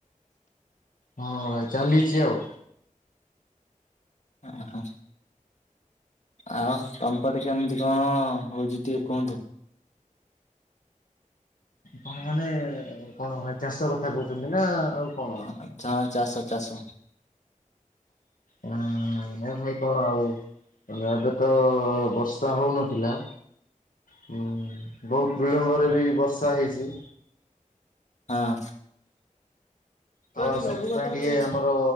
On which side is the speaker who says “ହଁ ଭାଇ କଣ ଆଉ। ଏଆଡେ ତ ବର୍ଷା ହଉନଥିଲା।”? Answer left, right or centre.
Left